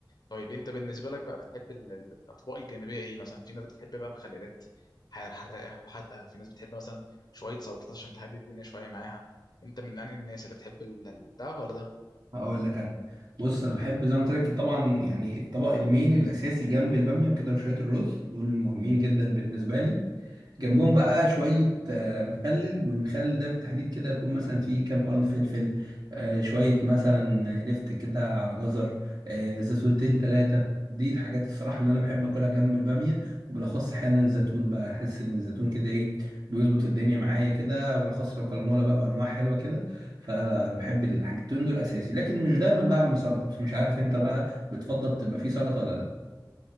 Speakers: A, on the left; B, on the right.
A: طيب انت بالنسبه لك بقى بتحب ال- ال- الاطباق الجانبيه ايه مثلا في ناس بتحب بقى مخللات ح- حراقه وحادقه في ناس بتحب مثلا شويه سلطات عشان تهدي الدنيا شويه معاها انت من انهي الناس اللي بتحب ال- ال- ده ولا ده
B: هقول لك انا بص انا بحب زي ما قلت لك طبعا يعني الطبق المين الاساسي جنب الباميه وكده وشويه الرز دول مهمين جدا بالنسبه لي جنبهم بقى شوية آه، مخلل والمخلل ده بالتحديد كده يكون مثلا فيه كام قرن فلفل آه، شوية مثلا لفت كده على جزر آه، زيتونتين تلاتة دي الحاجات الصراحة اللي أنا بحب أكلها جنب البامية وبالأخص أحيانا زيتون بقى أحس إن الزيتون كده إيه بيظبط الدنيا معايا كده وبالأخص لو كلمولا بقى وأنواع حلوة كده فلا أنا بحب الحاجتين دول أساسي لكن مش دايما بعمل سلطة بس مش عارف أنت بقى بتفضل تبقى فيه سلطة ولا لأ